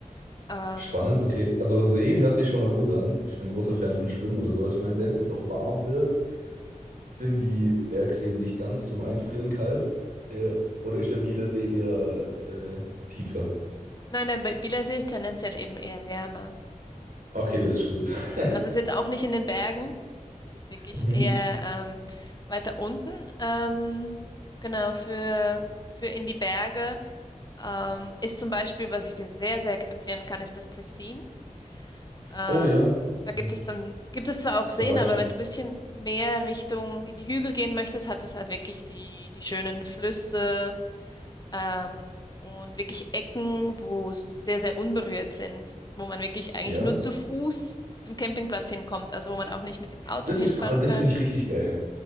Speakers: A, on the left; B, on the right.
A: Ähm,
B: Spannend, okay. Also See hört sich schon mal gut an. Ich bin großer
A: mhm.
B: Fan von Schwimmen oder so. Ich meine, wenn es jetzt auch warm wird, sind die Bergseen nicht ganz zum Einfrieren kalt. Äh, oder ist der Bieler See eher äh, tiefer?
A: Nein, der Bi- Bielersee ist tendenziell eben eher wärmer.
B: Okay,
A: Genau.
B: das ist gut.
A: Ja,
B: <laughs>
A: also ist jetzt auch nicht in den Bergen. Es ist wirklich
B: Mhm.
A: eher ähm, weiter unten. Ähm, genau, für, für in die Berge ähm, ist zum Beispiel, was ich dir sehr, sehr empfehlen kann, ist das Tessin. Ähm,
B: Oh ja,
A: da
B: Mhm.
A: gibt es dann, gibt es zwar auch Seen,
B: da war ich
A: aber
B: schon.
A: wenn du ein bisschen mehr Richtung in die Hügel gehen möchtest, hat es halt wirklich die, die schönen Flüsse ähm, und wirklich Ecken, wo es sehr, sehr unberührt sind, wo man wirklich eigentlich
B: Ja.
A: nur zu Fuß zum Campingplatz hinkommt, also wo man auch nicht mit dem Auto
B: Das
A: hinfahren
B: ist, aber das
A: kann.
B: finde ich richtig geil.